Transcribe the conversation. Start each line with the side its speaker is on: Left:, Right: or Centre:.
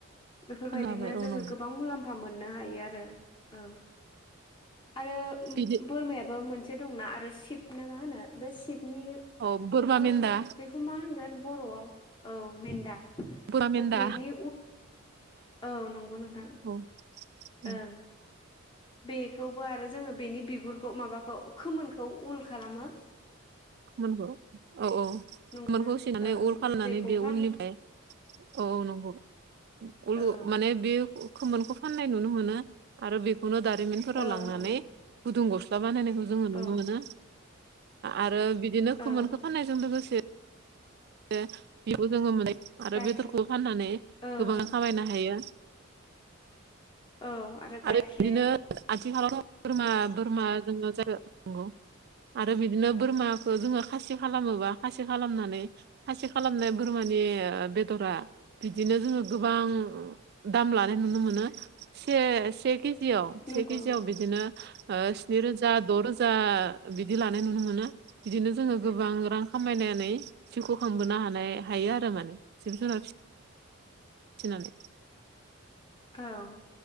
Left: बेफोरबायदिनो
Right: फाननो हाबाय औ
Left: जोङो
Right: नंगौ
Left: गोबां मुलाम्फा मोननो हायो आरो। औ आरो
Right: बिदि
Left: बोरमायाबो मोनसे दंना आरो शिब ना मा होनो बे शबनि
Right: औ बोरमा
Left: उल
Right: मेन्दा
Left: बे खौ मा होनगोन बर'आव औ मेन्दा
Right: बोरमा मेनदा
Left: दा बेनि औ नंगौ नोंथां
Right: औ औ
Left: ओं बेखौबो आरो जोङो बेनि बिगुरखौ माबाखौ खोमोनखौ उल खालामो
Right: <unintelligible> औ औ
Left: नंगौना
Right: खोमोनखौ सिननानै
Left: ओं
Right: उल खालामनानै
Left: बेखौ
Right: बे
Left: फान
Right: उलनिफ्राय औ औ नंगौ <unintelligible>
Left: ओं
Right: माने बे खोमोनखौ फाननाय नुनो मोनो आरो बेखौनो दारिमिनफोराव
Left: ओं
Right: लांनानै
Left: ओं
Right: गुदुं ग स्ला बानायनायखौ जोङो नुनो
Left: औ
Right: मोनो आरो बिदिनो खोमोनखो
Left: ओं
Right: फाननायजों लोगोसे <unintelligible> आरो
Left: गाय
Right: बेदरखौ फाननानै
Left: ओं
Right: गोबां खामायनो हायो।
Left: औ आरो गाइखेर
Right: आरो बिदिनो आथिखालावथ' बोरमा बोरमाजोंनो नांगौ आरो बिदिनो बोरमाखौ जोङो खासि खालामोबा खासि खालामनानै खासि खालामनाय बोरमानि बेदरा बिदिनो जोङो गोबां दाम लानाय नुनो मोनो से से केजियाव
Left: नंगौ
Right: से केजियाव
Left: नंगौ
Right: बिदिनो स्नि रोजा द' रोजा बिदि लानाय नुनो मोनो। बिदिनो जोङो गोबां रां खामायनानै जिउखौ खांबोनो हानाय हायो आरो माने जिब जुनार फिनानै
Left: औ